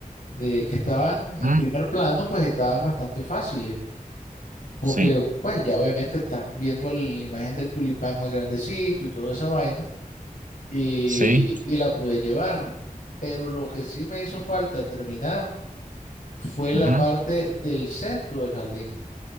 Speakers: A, on the left; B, on the right.
A: de que estaban en
B: Ujú,
A: primer plano, pues estaban bastante fáciles, porque
B: Sí,
A: pues ya obviamente estás viendo el- la imagen del tulipán más grandecito y toda esa vaina, y,
B: sí,
A: y la pude llevar, pero lo que sí me hizo falta terminar fue la
B: ujú,
A: parte del centro del jardín,